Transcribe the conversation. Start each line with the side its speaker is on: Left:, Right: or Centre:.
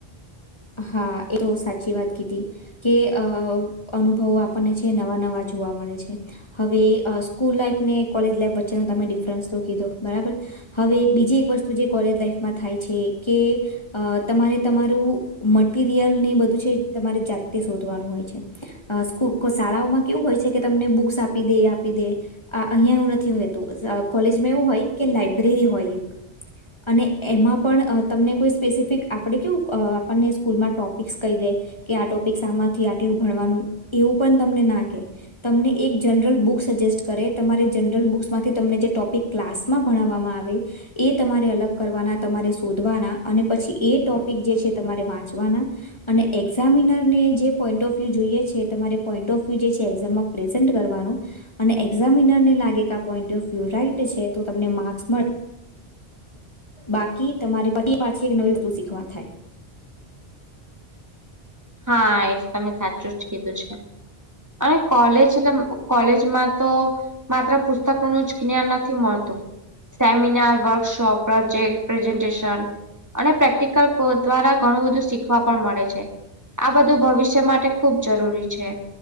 Left: હા એ તો સાચી વાત કીધી કે અ અનુભવો આપણને જે નવા નવા જોવા મળે છે હવે સ્કૂલ લાઈફ ને કોલેજ લાઈફ વચ્ચેનો તમે ડિફરન્સ તો કીધો બરાબર હવે બીજી એક વસ્તુ જે કોલેજ લાઈફમાં થાય છે કે અ તમારે તમારું મટરિયલ ને બધું છે તમારે જાતે શોધવાનું હોય છે સ્કૂલ શાળાઓમાં કેવું હોય છે કે તમને બુક્સ આપી દે આપી દે અ અહિયાં એવું નથી હોયતું કોલેજમાં એવું હોય કે લાઈબ્રેરી હોય અને એમાં પણ તમને કોઈ સ્પેસિફિક આપડે કેવું આપણને સ્કૂલમાં ટોપિક્સ કહી દે કે આ ટોપિક આમાંથી આટલું ભણવાનું એવું પણ તમને ના કે તમને એક જનરલ બુક સજેસ્ટ કરે તમારે જનરલ બુક્સમાંથી તમને જે ટોપિક ક્લાસમાં ભણાવવામાં આવે એ તમારે અલગ કરવાના તમારે શોધવાના અને પછી એ ટોપિક જે છે તમારે વાંચવાના અને એક્ઝામિનર ને જે પોઈન્ટ ઓફ વ્યુ જોઈએ છે તમારે પોઈન્ટ ઓફ વ્યુ જે છે એક્ઝામમાં પ્રેઝન્ટ કરવાનું અને એક્ઝામિનર ને લાગે કે આ પોઈન્ટ ઓફ વ્યુ રાઈટ છે તો તમને માર્ક્સ મળે બાકી તમારે પાછી એક નવી વસ્તુ શીખવા થાય
Right: હા એ તમે સાચું જ કીધું છે. અને કોલેજ કોલેજમાં તો માત્ર પુસ્તકોનું જ જ્ઞાન નથી મળતું. Seminar workshop, project presentation. અને પ્રેક્ટિકલ કોર્સ દ્વારા ઘણું બધું શીખવા પણ મળે છે. આ બધું ભવિષ્ય માટે ખૂબ જરૂરી છે.